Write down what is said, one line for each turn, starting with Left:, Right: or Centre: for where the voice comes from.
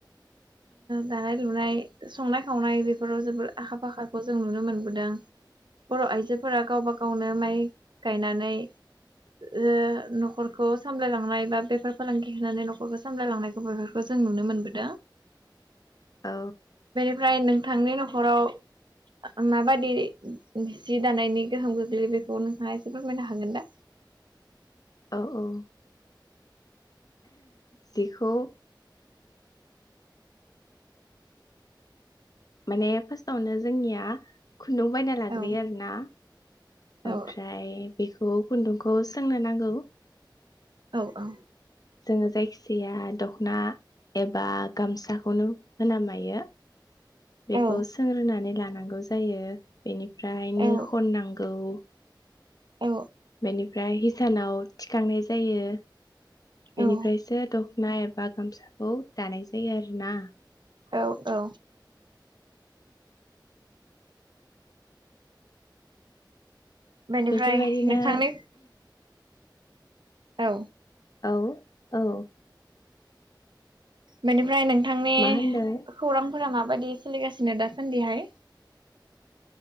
Right: दानाय लुनाय संनाय खावनाय बेफोराव जोबोर आखा फाखा। खौ जों नुनो मोनबोदों बर' आइजो फोरा गावबा गावनो ओमफाय गायनानै ओ न'खरखौ सामलायलांनाय बा बेफार फालांगि होनानै न'खरखौ सामलायलांनायखौ बेफोरखौ जों नुनो मोनबोदों।
Left: औ।
Right: ओमफ्राय नोंथांनि न'खराव माबादि जि दानायनि गोहोम गोग्लैयो बेफोर बेखौ नोंथाङा एसे फोरमायनो हागोन दा?
Left: औ औ। बेखौ माने फार्स्टआवनो जोंनिया खुन्दुं बायना लाग्रोयो
Right: औ
Left: आरो ना
Right: औ
Left: ओमफ्राय बेखौ औ खुन्दुंखौ सोंनो नांगौ।
Right: औ औ।
Left: जोङो जायखिजाया दख'ना एबा गामसाखौनो होना नायो बेखौ
Right: औ
Left: सोंग्रोनानै लानांगौ जायो बेनि ओमफ्राय नो
Right: औ
Left: खननांगौ। <inaudible>
Right: औ
Left: बेनिफ्राय हिसानाव थिखांनाय जायो। बेनिफ्रायसो
Right: औ
Left: दख'ना एबा गामसाखौ दानाय जायो। बे आरो ना।
Right: औ औ। बेनिफ्राय
Left: बेफोरबायदिनो
Right: नोंथांनि औ।
Left: औ औ।
Right: बेनिफ्राय नों नोंथांनि
Left: मा होनदों
Right: खौरांफोरा माबायदि सोलिगासिनो? जोंना दासान्दिहाय।